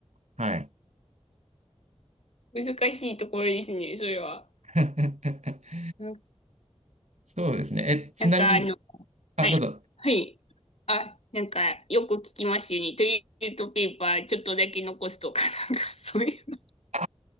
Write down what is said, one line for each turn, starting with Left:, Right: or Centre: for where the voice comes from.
Right: はい。
Left: 難しいところですね、それは。
Right: <laughs>
Left: うん
Right: そうですね。え、ちなみに、
Left: なんか、あの、
Right: あ、
Left: はい。
Right: どうぞ。
Left: はい。あ、なんか、よく聞きますよね。トイレットペーパーちょっとだけ残すとか、なんか、<laughs> そういうの
Right: あ、